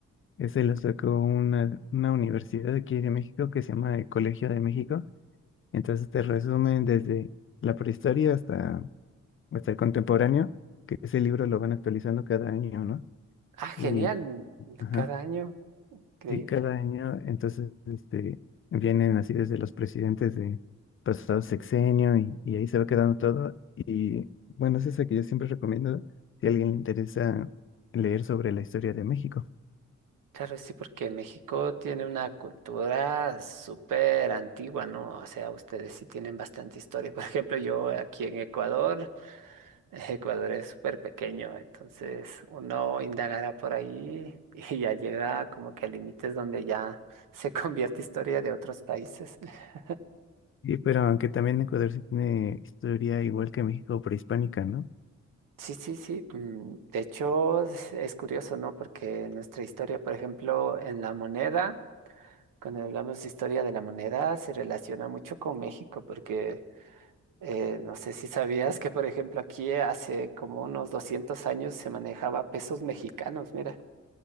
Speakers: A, on the left (about 40°); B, on the right (about 80°).
A: Ese lo sacó una, una universidad aquí de México que se llama el Colegio de México. Entonces te resumen desde la prehistoria hasta, hasta el contemporáneo, que ese libro lo van actualizando cada año, ¿no?
B: Ah,
A: Y,
B: genial,
A: ajá.
B: cada año, increíble.
A: Sí, cada año, entonces, este, vienen así desde los presidentes de pasado sexenio y, y ahí se va quedando todo. Y bueno, es esa que yo siempre recomiendo si a alguien le interesa leer sobre la historia de México.
B: Claro, sí, porque México tiene una cultura súper antigua, ¿no? O sea, ustedes sí tienen bastante historia. <laughs> Por ejemplo, yo aquí en Ecuador, <laughs> Ecuador es súper pequeño, entonces uno indagará por ahí <laughs> y ya llega como que a límites donde ya se convierte historia de otros países. <laughs>
A: Sí, pero aunque también Ecuador sí tiene historia igual que México prehispánica, ¿no?
B: Sí, sí, sí. mm, De hecho, es, es curioso, ¿no? Porque nuestra historia, por ejemplo, en la moneda, cuando hablamos de historia de la moneda, se relaciona mucho con México, porque... Eh, no sé si sabías que, por ejemplo, aquí hace como unos 200 años se manejaba pesos mexicanos, mira.